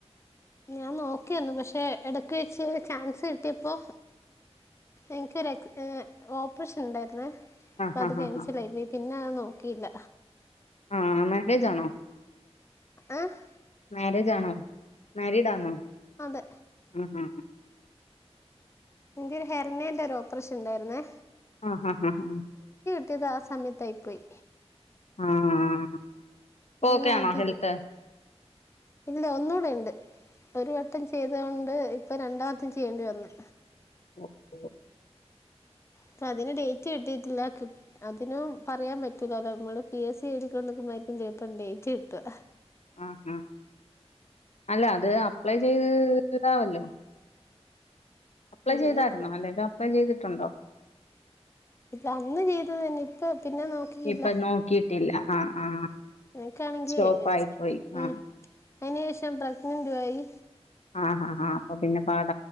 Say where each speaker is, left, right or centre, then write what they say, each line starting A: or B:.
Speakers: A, on the left; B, on the left.
A: ഞാൻ നോക്കിയിന്നു പക്ഷെ എട ക്ക് വെച്ച് ചാൻസ് കിട്ടിയപ്പോൾ എനിക്കൊരു എക് ഓപ്പറേഷൻ ഉണ്ടായിരുന്നെ അപ്പോ
B: ആഹ്
A: അത്
B: ആഹ്
A: ക്യാൻസിലായി
B: ആഹ്
A: പോയി പി ന്നെ നോക്കിയില്ല
B: ആഹ് മാര്യേജാണോ
A: ആഹ്
B: മാര്യേജാണോ മാരീഡാന്നോ
A: അതെ
B: അ അ അ
A: എന്റെയൊരു ഹെർണിയേന്റെ ഒരോ പ്പറേഷൻ ഇണ്ടായിരുന്നേ
B: ആ ഹ ഹ ഹ്
A: ട്ടിതാസമയത്തായി പോയി
B: ആഹ് പ്പ
A: അങ്ങനെ
B: ഓക്കേ ആണോ
A: അതില്ല
B: ഹെൽത്ത്
A: ഇല്ല ഒന്നൂടെയുണ്ട് ഒരു വട്ടം ചെയ്ത കൊണ്ട് ഇപ്പൊ രണ്ടാമത്തും ചെയ്യേണ്ടി വന്ന്
B: ഓഹ് ഓഹ്
A: പ്പതിന് ഡേറ്റ് കിട്ടിട്ടില്ല കൃ അതിനും പറയാൻ പറ്റലല്ലോ മ്മള് പി എസ് സി എഴുതിക്കോണ്ട് നിക്കുമ്പാരിക്കും ചെപ്പം ഡേറ്റ് കിട്ടുക
B: ആ ഹ അല്ല അത് അപ്ലൈ ചെയ്തിടാവല്ലോ അപ്ലെ
A: ചെയ്യണ്ട
B: ചെയ്തായിരുന്നൊ അല്ലെങ്കിൽ അപ്ലൈ ചെയ്ത് ട്ടുണ്ടോ
A: ഇല്ല അന്ന് ചെയ്തത് തന്നെ ഇപ്പ പിന്നെ നോക്കിയില്ല
B: ഇപ്പൊ നോക്കിയിട്ടില്ല ആഹ് ആഹ്
A: എനക്കാണെങ്കി
B: സ്റ്റോപ്പ് ആയി
A: ചെ
B: പോയി
A: ഉം
B: ആഹ്
A: അയിന്ശേഷം പ്രഗ്നന്റുവായി
B: ആഹഹാ ആ അപ്പൊ പിന്നെ പാട